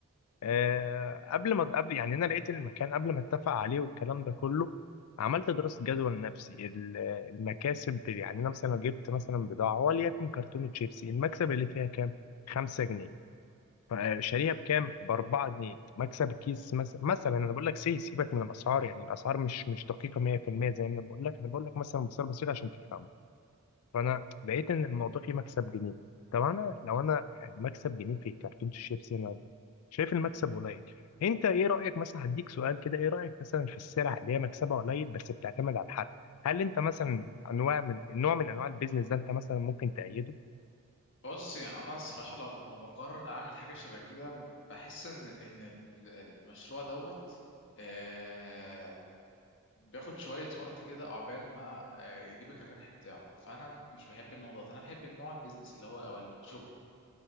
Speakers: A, on the left; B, on the left.
A: آه، قبل ما قبل يعني انا لقيت المكان قبل ما اتفق عليه والكلام ده كله عملت دراسه جدوى لنفسي ال- المكاسب يعني انا مثلا لو جبت مثلا بضاعه وليكن كرتونه شيبسي المكسب اللي فيها كام 5 جنيه فشاريها بكام ب 4 جنيه مكسب الكيس مثلا مثلا انا بقول لك سي سيبك من الاسعار يعني الاسعار مش مش دقيقه 100% زي ما انا بقول لك انا بقول لك مثلا بصير بسيط عشان تفهم فانا لقيت ان الموضوع فيه مكسب جنيه طب انا لو انا يعني مكسب جنيه في كرتونه الشيبسي انا شايف المكسب قليل انت ايه رايك مثلا هديك سؤال كده ايه رايك مثلا في السلع اللي هي مكسبها قليل بس بتعتمد على الحد هل انت مثلا انواع من نوع من انواع البيزنس ده انت مثلا ممكن تأيده
B: بص يعني انا الصراحه لو ما بقرر اعمل حاجه شبه كده بحس ان ان ال- المشروع دوت آه بياخد شويه وقت كده عقبال ما آه يجيبك الربح بتاعه فانا مش بحب النوع ده انا بحب النوع البيزنس اللي هو او الشغل